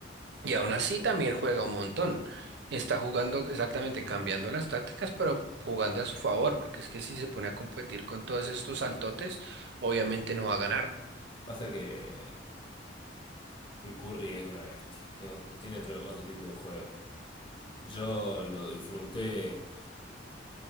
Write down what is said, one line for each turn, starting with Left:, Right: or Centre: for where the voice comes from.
Right: Y aún así también juega un montón. Está jugando exactamente, cambiando las tácticas, pero jugando a su favor, porque es que si se pone a competir con todos estos saltotes, obviamente no va a ganar.
Left: Pasa que, que Curry es una bestia. es ot- tiene otro, otro tipo de juego. Yo lo disfruté